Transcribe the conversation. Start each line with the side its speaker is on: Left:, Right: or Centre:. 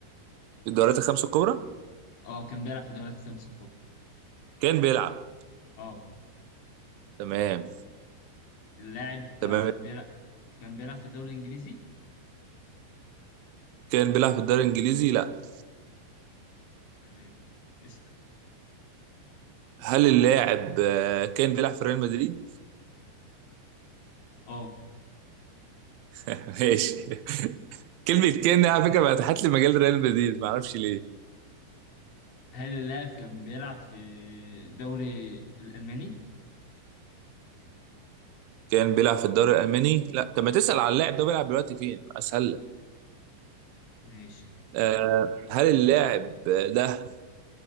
Right: في الدوريات الخمسه الكبرى
Left: اه كان بيلعب في دوري الخمسة الكبرى
Right: كان بيلعب
Left: اه
Right: تمام
Left: اللاعب
Right: تمام
Left: آه، بيلعب كان بيلعب في الدوري الانجليزي
Right: كان بيلعب في الدوري الانجليزي لا
Left: تمام اسم
Right: هل اللاعب آه، كان بيلعب في ريال مدريد
Left: اه
Right: ماشي <laughs> كلمة كان دي على فكرة بقى فتحت لي مجال ريال مدريد ما اعرفش ليه
Left: هل اللاعب كان بيلعب في الدوري الالماني
Right: كان بيلعب في الدوري الألماني لا طب ما تسأل على اللاعب ده بيلعب دلوقتي فين أسهل لك
Left: ماشي
Right: آه هل اللاعب ده